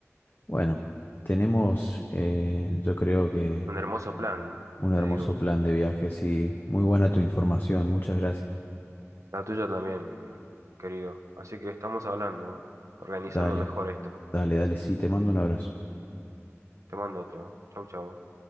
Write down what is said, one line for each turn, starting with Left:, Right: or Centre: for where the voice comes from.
Left: Bueno, tenemos, eh, yo creo que
Right: Un hermoso plan,
Left: un
Right: te
Left: hermoso
Right: digo.
Left: plan de viaje, sí. Muy buena tu información, muchas gracias.
Right: La tuya también, querido. Así que estamos hablando, organizando
Left: Dale,
Right: mejor esto.
Left: dale, dale, sí, te mando un abrazo.
Right: Te mando otro. Chau, chau.